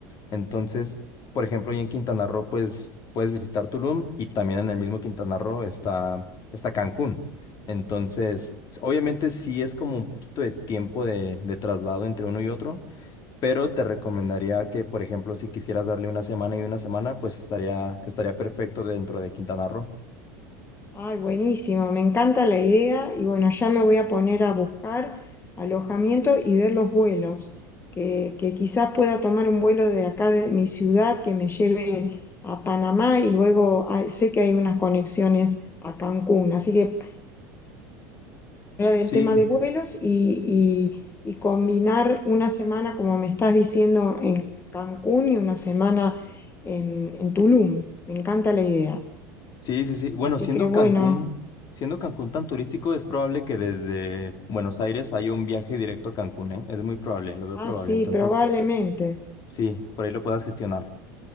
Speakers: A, on the left; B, on the left.
A: Entonces, por ejemplo, ya en Quintana Roo, pues puedes visitar Tulum y también en el mismo Quintana Roo está, está Cancún. Entonces, s- obviamente sí es como un poquito de tiempo de, de traslado entre uno y otro, pero te recomendaría que, por ejemplo, si quisieras darle una semana y una semana, pues estaría, estaría perfecto dentro de Quintana Roo.
B: Ay, buenísimo. Me encanta la idea. Y bueno, ya me voy a poner a buscar alojamiento y ver los vuelos. Que, que quizás pueda tomar un vuelo de acá de mi ciudad que me lleve a Panamá y luego ah, sé que hay unas conexiones a Cancún. Así que. el
A: Sí,
B: tema de vuelos y, y- y combinar una semana, como me estás diciendo, en Cancún y una semana en, en Tulum. Me encanta la idea.
A: Sí, sí, sí. Bueno,
B: Así
A: siendo
B: que bueno,
A: Cancún, siendo Cancún tan turístico, es probable que desde Buenos Aires haya un viaje directo a Cancún, ¿eh? Es muy probable, lo veo
B: ah,
A: probable.
B: sí,
A: Entonces,
B: probablemente.
A: sí, por ahí lo puedas gestionar.